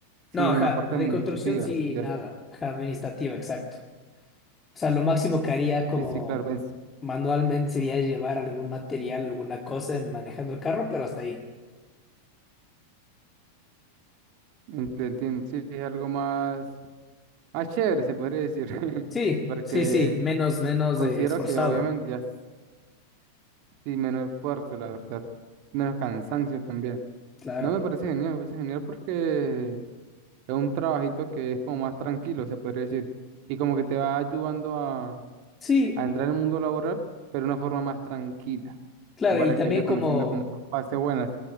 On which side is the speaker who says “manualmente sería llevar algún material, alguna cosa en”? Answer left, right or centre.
Left